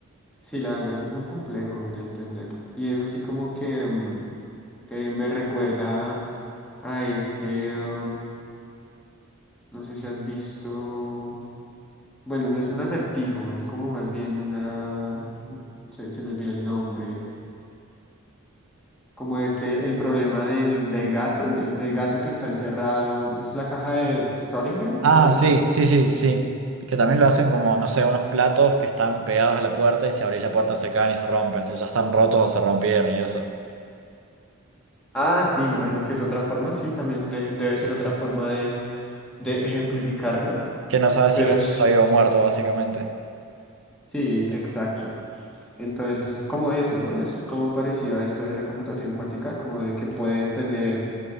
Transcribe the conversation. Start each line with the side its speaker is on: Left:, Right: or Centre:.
Centre: Sí, la verdad es súper complejo de entender. Y es así como que mm, eh, me recuerda a este, mm, no sé si has visto, bueno, no es un acertijo, es como más bien una, se, se me olvidó el nombre, como este, el problema del, del gato, el, el gato que está encerrado, es la caja de Schrödinger,
Right: Ah,
Centre: creo que
Right: sí,
Centre: sí.
Right: sí, sí, sí. Que también lo hacen como, no sé, unos platos que están pegados a la puerta y si abrís la puerta se caen y se rompen. Si ya están rotos o se rompieron y eso.
Centre: Ah, sí, me imagino que es otra forma, sí, también de- debe ser otra forma de, de ejemplificarlo,
Right: Que no sabes
Centre: pero
Right: si el gato
Centre: sí.
Right: está vivo o muerto, básicamente.
Centre: Sí, exacto. Entonces es como eso, ¿no? Es como parecido a esto de la computación cuántica, como de que puede tener,